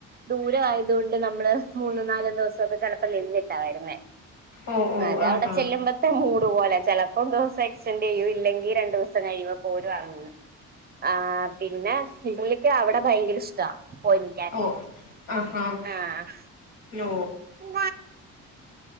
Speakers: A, on the right (about 30°); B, on the left (about 85°).
A: ദൂര ആയത് കൊണ്ട് നമ്മള് മൂന്നും നാലും ദിവസക്കെ ചിലപ്പോ നിന്നിട്ടാ വരുന്നേ
B: ഓ ഓ
A: അതെ അവടെ
B: ആഹാ
A: ചെല്ലുമ്പ അപ്പത്തെ മൂട് പോലെ ചെലപ്പോ ദിവസം എക്സ്റ്റെൻഡ് ചെയ്യൂ ഇല്ലെങ്കിൽ രണ്ടു ദിവസം കഴിയുമ്പോ പോരു അങ്ങ് ആ പിന്നെ പുള്ളിക്ക് അവിടെ ഭയങ്കര ഇഷ്ട പോയി
B: ഓ ആഹാ
A: ആഹ
B: ഹലോ
A: ഉ